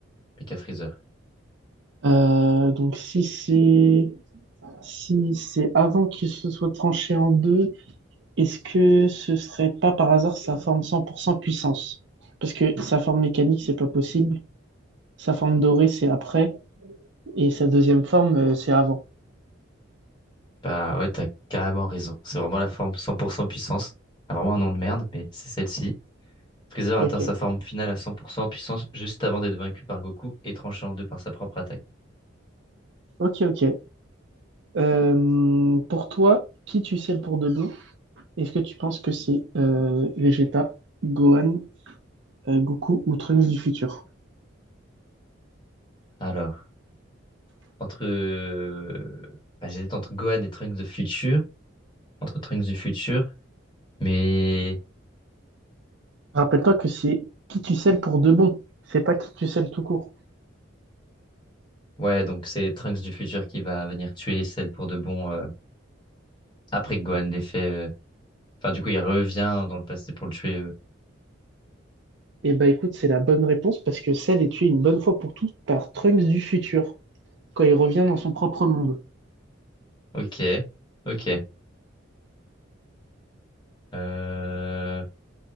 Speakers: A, on the left (about 20°); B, on the right (about 60°).
A: Mecha Freezer.
B: Euh, donc, si c'est si c'est avant qu'il se soit tranché en deux, est-ce que ce serait pas par hasard sa forme 100% puissance? Parce que sa forme mécanique, c'est pas possible. Sa forme dorée, c'est après. Et sa deuxième forme, euh, c'est avant.
A: Bah ouais, t'as carrément raison. C'est vraiment la forme 100% puissance. C'est Vraiment un nom de merde, mais c'est celle-ci. Freezer
B: Ok.
A: atteint sa forme finale à 100% puissance juste avant d'être vaincu par Goku et tranché en deux par sa propre attaque.
B: Ok, ok. Euh, pour toi, qui tu sais pour de bon? Est-ce que tu penses que c'est euh, Vegeta, Gohan, euh, Goku ou Trunks du futur?
A: Alors, entre... euh, Bah, j'hésite entre Gohan et Trunks de Future, entre Trunks du futur, mais...
B: Rappelle-toi que c'est qui tu selles pour de bon, c'est pas qui tu selles tout court.
A: Ouais, donc c'est Trunks du futur qui va venir tuer celle pour de bon euh, après que Gohan l'ait fait. euh. Enfin, du coup, il revient dans le passé pour le tuer. euh.
B: Et bah écoute, c'est la bonne réponse parce que Cell est tué une bonne fois pour toutes par Trunks du futur quand il revient dans son propre monde.
A: Ok, ok. Euh,